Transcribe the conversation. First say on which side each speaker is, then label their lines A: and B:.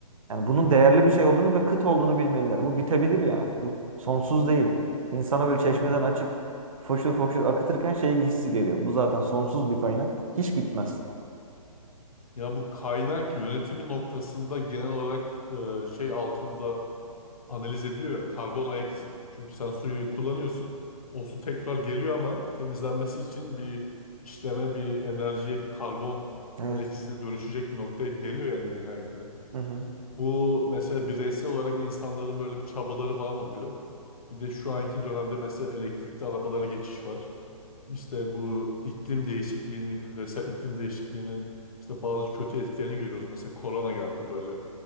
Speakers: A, on the right; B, on the left.
A: Yani bunun
B: Hı hı.
A: değerli bir şey olduğunu ve kıt olduğunu bilmeliler. Bu bitebilir yani. Bu sonsuz değil. İnsana böyle çeşmeden
B: Hı
A: açıp foşur foşur akıtırken şey hissi geliyor. Bu zaten sonsuz bir kaynak. Hiç bitmez.
B: Ya bu kaynak yönetimi noktasında genel olarak e, şey altında analiz ediliyor ya karbon ayak izi. Çünkü sen suyu kullanıyorsun. O su tekrar geliyor ama temizlenmesi için bir işleme, bir enerjiye, bir karbon
A: Evet.
B: ayak izine dönüşecek bir noktaya geliyor yani nihayetinde.
A: Hı hı.
B: Bu mesela bireysel olarak insanların böyle bir çabaları falan oluyor. Bir de şu anki dönemde mesela elektrikli arabalara geçiş var. İşte bu iklim değişikliğinin, küresel iklim değişikliğinin işte bazı kötü etkilerini görüyoruz. Mesela korona geldi böyle.